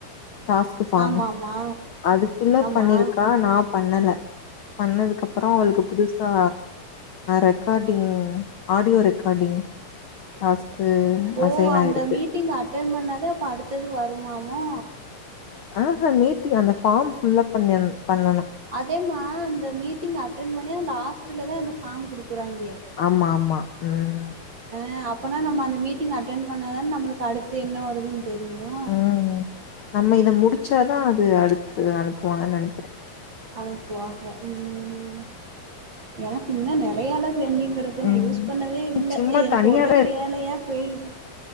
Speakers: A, on the left (about 75°); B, on the right (about 40°).
A: டாஸ்க்கு
B: ஆ
A: ஃபார்ம்மு
B: ஆமா ஆமா
A: அது ஃபில்லப்
B: ஆமா
A: பண்ணிருக்கா நாப் பண்ணல பண்ணதுக்கு அப்றோ அவுளுக்கு புதுஸ் பா ரெக்கார்டிங் ஆடியோ ரெக்கார்டிங் டாஸ்க்கு
B: ஓ
A: அசைன்
B: அந்த
A: ஆயிருக்கு
B: மீட்டிங் அட்டன் பண்ணாதா அப்ப அடுத்தது வருமாமோ
A: ஆ ஹா மீட்டிங் அந்த ஃபார்ம் ஃபில்ப் பண்ணி பண்ணனும்
B: அதேமா அந்த மீட்டிங் அட்டென் பண்ணி லாஸ்ட்டுல தா அந்த ஃபார்ம் குடுக்கிறாயிங்க
A: ஆமா ஆமா ம்
B: ஆ அப்போனா நம்ம அந்த மீட்டிங் அட்டன் பண்ணாதான் நம்முளுக்கு அடுத்து என்ன வருதுன்னு தெரியு
A: ம் நம்ம இத முடிச்சாதா அது அடுத்து அனுப்புவாங்கன்னு நெனைக்கிறே
B: அனுப்புவாக ம் எனக்கு இன்ன நறையல்லா பெண்டிங் கடக் இத நான்
A: ம்
B: யூஸ் பண்ணவே இல்ல
A: சும்மா
B: எனக்கு
A: தனியாதா
B: ஒரே வேலையா போயிட்ரே